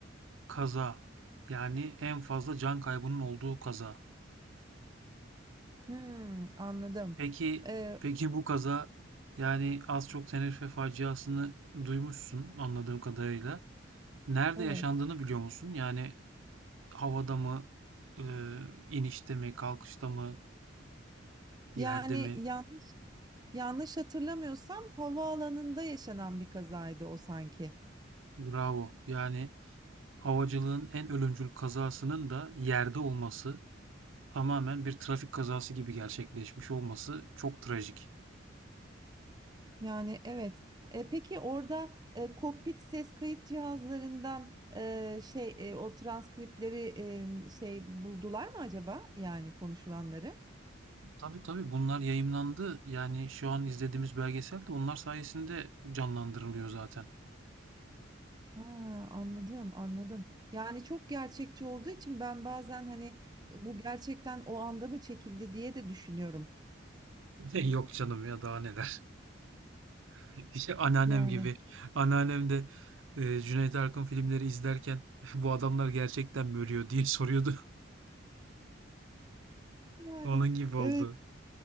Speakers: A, on the right; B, on the right.
A: Kaza. Yani en fazla can kaybının olduğu kaza.
B: Hmm, anladım.
A: Peki,
B: Ee,
A: peki bu kaza yani az çok Tenerife faciasını duymuşsun anladığım kadarıyla. Nerede
B: evet.
A: yaşandığını biliyor musun? Yani havada mı, e, inişte mi, kalkışta mı, yerde
B: Yani
A: mi?
B: yanlış yanlış hatırlamıyorsam havaalanında yaşanan bir kazaydı o sanki.
A: Bravo. Yani havacılığın en ölümcül kazasının da yerde olması, tamamen bir trafik kazası gibi gerçekleşmiş olması çok trajik.
B: Yani evet. E, peki orada e, kokpit ses kayıt cihazlarından e, şey e, o transkripleri e, şey buldular mı acaba? Yani konuşulanları.
A: Tabii tabii bunlar yayımlandı. Yani şu an izlediğimiz belgesel de onlar sayesinde canlandırılıyor zaten.
B: Ha, anladım, anladım. Yani çok gerçekçi olduğu için ben bazen hani bu gerçekten o anda mı çekildi diye de düşünüyorum.
A: <laughs> Yok canım ya daha neler. <laughs> İşte anneannem
B: Yani
A: gibi. Anneannem de e, Cüneyt Arkın filmleri izlerken <laughs> bu adamlar gerçekten mi ölüyor diye soruyordu.
B: yani
A: <laughs> Onun gibi oldu.
B: evet.